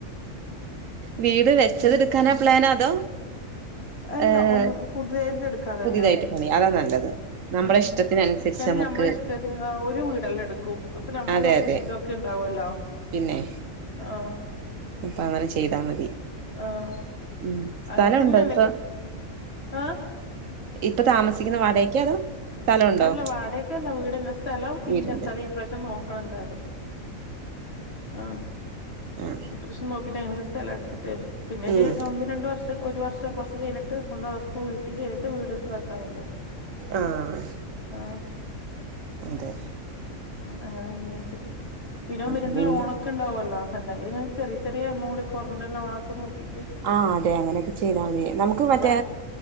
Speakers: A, on the right; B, on the left.
A: വീട് വെച്ചത് എടുക്കാനാ പ്ലാന് അതോ?
B: അല്ല
A: ഏഹ്
B: ഒന്ന് പുതിയതായിട്ട് എടുക്കാ തന്നെയോ
A: പുതിയതായിട്ട് പണിയാ അതാ നല്ലത് നമ്മുടെ
B: ഉം
A: ഇഷ്ടത്തിനനുസരിച്ച്
B: അത്
A: നമുക്ക്
B: നമ്മളെ ഇഷ്ടത്തിന് ഒര് വീടെല്ലെ എടുക്കൂ അപ്പ നമ്മള്
A: അതെ
B: കൊർച്ച്
A: അതെ
B: ഇഷ്ടൊക്കെ ഇണ്ടാവും ഓല്ലാ
A: പിന്നെ
B: ആഹ്
A: ഞ് പ്പഅങ്ങനെ ചെയ്താ മതി
B: ആഹ്
A: ഉം സ്ഥലംണ്ടോ
B: അങ്ങനെ തന്നെയല്ലേ
A: ഇപ്പ
B: ആഹ്
A: ഇപ്പ താമസിക്ന്ന വാടയ്ക്കാ അതോ? സ്ഥലമുണ്ടോ
B: അല്ല വാടൊക്കല്ല വീടെനെ സ്ഥലം
A: വീടുണ്ട്
B: ഇല്ല സ്ഥലം ഇപ്രവശ്യം നോക്കണം എന്തായാലും ആഹ്
A: ആഹ് ആഹ്
B: ഇപ്രാവശ്യം നോക്കിട്ട് ഞാനങ്ങനെ സ്ഥലം എടുത്തിട്ട് പിന്നെ
A: ഉം
B: ഒന്ന് രണ്ട് വർഷം ത്ത് ഒരു വർഷം കുറച്ച് കഴിഞ്ഞിട്ട് ഒന്ന് അവക്ക് വീട്ടി കഴിഞ്ഞിട്ട് വീട് വെക്കാവല്ലോ
A: ആഹ്
B: ആഹ്
A: അതെ
B: ആഹ് അങ്ങനെ വെച്ചിട്ട് പിന്നെ ഒന്ന്
A: അപ്പൊ
B: രണ്ട്
A: പിന്നെ
B: ലോണൊക്കെ ഇണ്ടാവല്ലോ എന്തെങ്കിലുംങ്ങനെ ചെറിയ ചെറിയ എമൗണ്ടൊക്ക കുറഞ്ഞ ലോണൊക്കെ നോക്കി
A: ആഹ് അതെ അങ്ങനെയൊക്കെ ചെയ്താ മതി നമുക്ക് മറ്റേ
B: വ